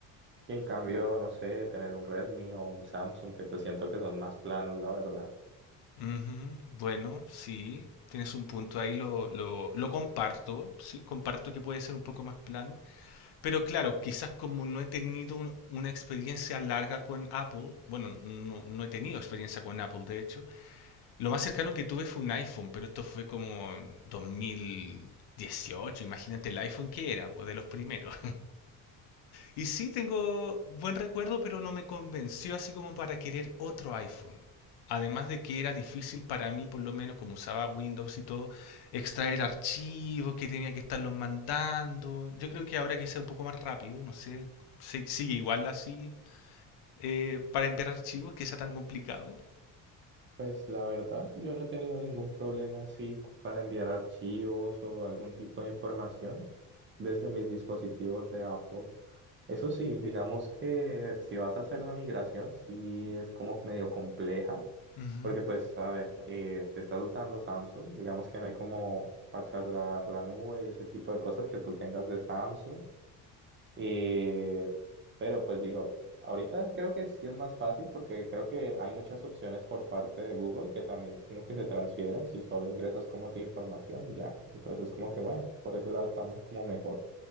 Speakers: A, on the right; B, on the left.
A: que en cambio, no sé, tener un Redmi o un Samsung, que pues siento que son más planos, la verdad.
B: ujú, Bueno, sí, tienes un punto ahí, lo, lo, lo comparto, sí, comparto que puede ser un poco más plano, Pero claro, quizás como no he tenido un- una experiencia larga con Apple, bueno, no, no he tenido experiencia con Apple, de hecho, lo más cercano que tuve fue un iPhone, pero esto fue como en 2018, imagínate el iPhone que era, pues, de los primeros. Y sí, tengo buen recuerdo, pero no me convenció así como para querer otro iPhone. Además de que era difícil para mí, por lo menos como usaba Windows y todo, extraer archivos que tenía que estarlos mandando. Yo creo que ahora quizá un poco más rápido, no sé, si- sigue igual así, eh, para enviar archivos, que sea tan complicado.
A: Pues la verdad, yo no he tenido ningún problema así para enviar archivos o algún tipo de información desde mis dispositivos de Apple. Eso sí, digamos que si vas a hacer la migración, sí es como medio compleja,
B: Ujú.
A: porque pues, a ver, eh, si estás usando Samsung, digamos que no hay como para trasladar la nube y ese tipo de cosas que tú tengas de Samsung y, pero pues digo, ahorita creo que sí es más fácil porque creo que hay muchas opciones por parte de Google que también como que se transfieren si solo ingresas como tu información y ya. Entonces como que bueno, por ese lado está mo- como mejor.